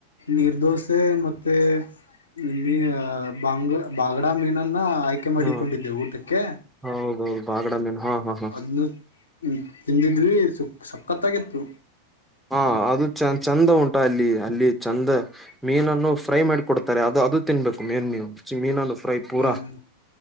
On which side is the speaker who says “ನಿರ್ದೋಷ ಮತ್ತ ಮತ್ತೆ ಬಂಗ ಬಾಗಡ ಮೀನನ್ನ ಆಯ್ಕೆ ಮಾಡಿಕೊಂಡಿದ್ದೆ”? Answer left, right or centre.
Left